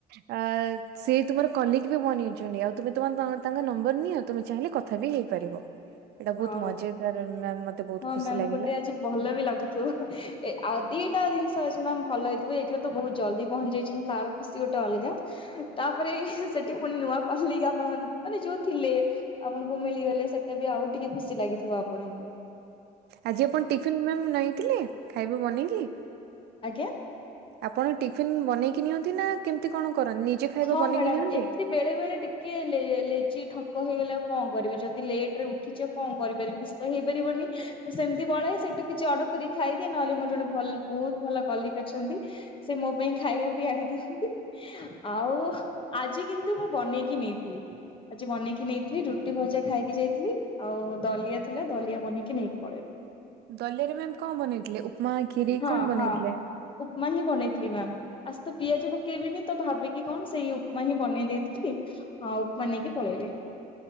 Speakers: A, on the right; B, on the left.
A: ଆ ସେ ତୁମର କଲିକ ବି ବନେଇଉଛନ୍ତି ଆଉ ତମେ ତମ ତାଙ୍କ ନମ୍ବର ନିଅ ଆଉ ତମେ ଚାହିଁଲେ କଥା ବି ହେଇପାରିବ ଏଇଟା ବହୁତ
B: ହଉ
A: ମଜେଦାର ମ୍ୟାମ ମତେ ବହୁତ
B: ହଁ
A: ଖୁସି
B: ମ୍ୟାାମ
A: ଲାଗିଲା
B: ଗୋଟେ ଆଜି ଭଲ ବି ଲାଗୁ ଆଉ ଦିଟା ଜିନିଷ ଅଛି ମ୍ୟାମ ଭଲ ହେଇଥିବ ଏଇଥିରେ ତ ବହୁତ ଜଲ୍ଦି ପହଞ୍ଚି ଯାଇଛନ୍ତି ତାର ଖୁସି ଗୋଟେ ଅଲଗା ତାପରେ ସେଠି ପୁଣି ନୂଆ କଲିକ ଆପଣ ମାନେ ମାନେ ଯୋଉ ଥିଲେ ଆପଣଙ୍କୁ ମିଳିଗଲେ ସେଇଟା ବି ଆଉ ଟିକେ ଖୁସି ଲାଗିଥିବ ଆପଣଙ୍କୁ।
A: ଆଜି ଆପଣ ଟିଫିନ ମାମ ନେଇଥିଲେ ଖାଇବା ବନେଇକି।
B: ଆଜ୍ଞା।
A: ଆପଣ ଟିଫିନ୍ ବନେଇକି ନିଅନ୍ତି ନା କେମିତି କଣ କରନ୍ତି? ନିଜେ ଖାଇବା
B: ହଁ
A: ବନେଇକି
B: ମ୍ୟାଡ଼ାମ
A: ନିଅନ୍ତି?
B: ଏମତି ବେଳେବେଳେ ଟିକେ ଲେ ଲେଜି ଠକ ହେଇଗଲେ ଆଉ କଣ କରିବି ଯଦି ଲେଟରେ ଉଠିଛ କଣ କରିପାରିବି? ତ ହେଇପାରିବନି ତ ସେମିତି ବଳେ ସେଇଠୁ କିଛି ଅଡର କରିକି ଖାଇଦିଏ ନହେଲେ ମୋର ଜଣେ ଭଲ ବହୁତ ଭଲ କଲିକ ଅଛନ୍ତି। ସେ ମୋ ପାଇଁ ଖାଇବା ବି ଆଣି ଦିଅନ୍ତି। ଆଉ ଆଜି କିନ୍ତୁ ମୁଁ ବନେଇକି ନେଇଥିଲି ଆଜି ବନେଇକି ନେଇଥିଲି ଯଉ ରୁଟି ଭଜା ଖାଇକି ଯାଇଥିଲି। ଆଉ ଦଲିଆ ଥିଲା ଦଲିଆ ବନେଇକି ନେଇକି ପଳେଇଲି।
A: ଦଲିଆ ରେ ମ୍ୟାମ କଣ ବନେଇଥିଲେ। ଉପମା କ୍ଷୀରି
B: ହଁ
A: କଣ ବନେଇଥିଲେ?
B: ହଁ ଉପମା ହିଁ ବନେଇଥିଲି ମ୍ୟାମ। ଆଜି ତ ପିଆଜ ପକେଇବିନି ତ ଭାବିକି କି କଣ ସେଇ ଉପମା ହିଁ ବନେଇ ଦେଇଥିଲି ଆଉ ଉପମା ନେଇକି ପଳେଇଲି।